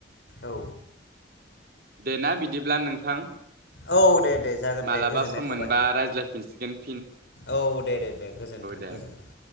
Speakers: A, on the left (about 65°); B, on the right (about 55°).
A: औ
B: दे ना बिदिब्ला नों थां
A: औ दे दे जागोन
B: मालाबा
A: दे गोजोननाय
B: सम
A: थाबाय
B: मोनबा रायज्लाय खसिकोन <inaudible>
A: औ दे दे दे गोजोनथों
B: दे
A: गोजोनथों।